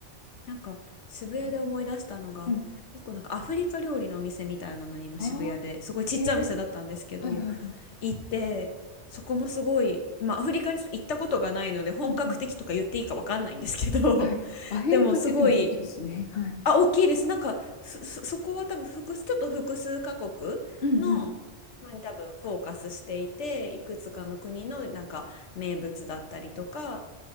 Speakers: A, on the left; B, on the left.
A: なんか渋谷で思い出したのが、
B: はいうん。あ
A: 一個なんかアフリカ料理のお店みたいなのに今渋谷ですごいちっちゃいお店だったんですけど、
B: あ、えー、はいはいはい。
A: 行って、そこもすごい、まあ、アフリカに行ったことがないので、本格的とか言っていいかわかんないんですけど、
B: うんうん。はい。
A: <laughs>
B: アフリカって言っても大きいですね。
A: でもすごい、
B: はい。
A: あ、大きいです。なんか、そ、そそこは多分複数、ちょっと複数カ国
B: うんう
A: の、のに多分フォーカスしていて、いくつかの国のなんか名物だったりとか、